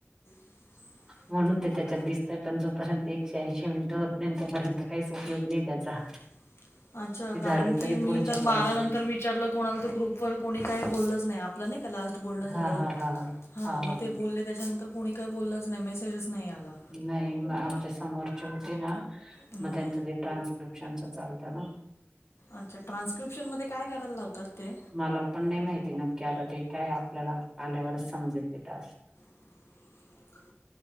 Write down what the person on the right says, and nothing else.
म्हणून ते त्याच्यात दिसतय पण जोपर्यंत एकशे ऐंशी मिनिटं होत नाही तोपर्यंत काहीच उपयोग नाही त्याचा
ते झाले
तरी
पुढचे
पडतील
हा हा हा
हा
नाही मग आमच्या समोरचे होते ना
मग त्यांचं ते ट्रान्स्क्रिप्शनचं चालतं ना
मला पण नाही माहिती नक्की आता ते काय आपल्याला आल्यावरच समजेल ते टास्क